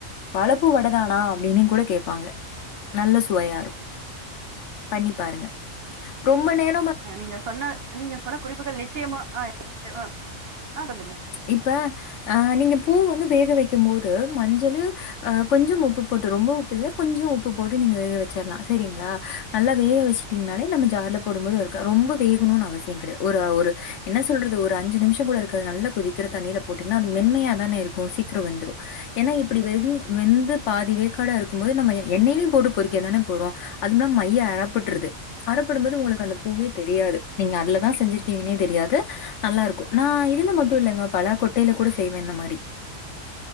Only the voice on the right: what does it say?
அ நீங்க சொன்ன நீங்க சொன்ன குறிப்புகள் நிச்சயமா ஆ ஆ ஆ சொல்லுங்க